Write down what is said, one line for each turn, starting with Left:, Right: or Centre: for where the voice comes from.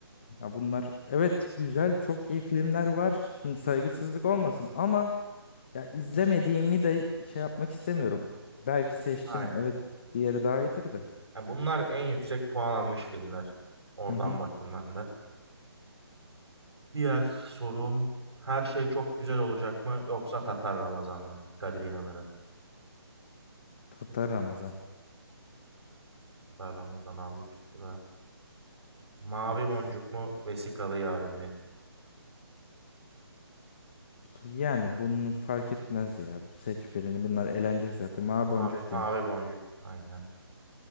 Left: Ya bunlar evet güzel çok iyi filmler var. Şimdi saygısızlık olmasın ama ya izlemediğimi de şey yapmak istemiyorum. Belki seçtim
Right: Aynen.
Left: evet diğeri daha iyidir de.
Right: Ya bunlar en yüksek puan almış filmler. Oradan
Left: Hı hı.
Right: baktım ben de. Diğer sorum her şey çok güzel olacak mı yoksa Tatar Ramazan mı? Kadir İnanır'ın.
Left: Tatar Ramazan.
Right: Hatta Ramazan aldık üstüne. Mavi
Left: Evet.
Right: boncuk mu? Vesikalı yarın mı?
Left: Yani bunu fark etmez ya. Seç birini. Bunlar eğlenecek zaten. Mavi
Right: Mavi,
Left: boncuk diyeyim.
Right: mavi boncuk. Aynen.